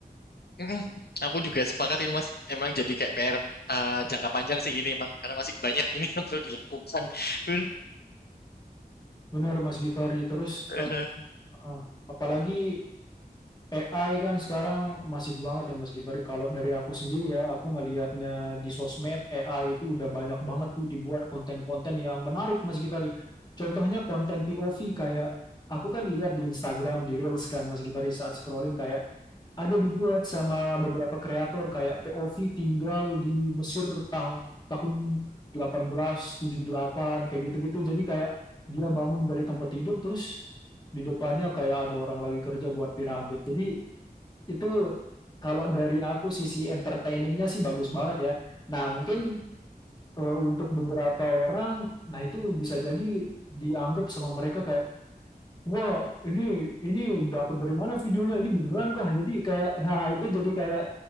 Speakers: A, on the left; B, on the left.
A: Mm-mm. Aku juga sepakat itu Mas, emang jadi kayak PR eh, jangka panjang sih ini emang karena masih banyak ini <laughs> yang perlu dilakukan. Uh,
B: Benar Mas Gifari. Terus
A: uh,
B: eh,
A: uh,
B: eh, apalagi AI kan sekarang masif banget ya Mas Givari. Kalau dari aku sendiri ya, aku ngelihatnya di sosmed AI itu udah banyak banget tuh dibuat konten-konten yang menarik Mas Givari. Contohnya konten POV kayak aku kan lihat di Instagram di Reels kan Mas Givari saat scrolling kayak ada dibuat sama beberapa kreator kayak POV tinggal di Mesir tah- tahun delapan belas tujuh delapan kayak gitu-gitu. Jadi kayak dia bangun dari tempat tidur terus di depannya kayak ada orang lagi kerja buat piramid. Jadi itu kalau dari aku sisi entertainingnya sih bagus banget ya. Nah mungkin eh, untuk beberapa orang, nah itu bisa jadi dianggap sama mereka kayak, wah ini ini dapat dari mana videonya? Ini beneran kah? Jadi kayak, nah itu jadi kayak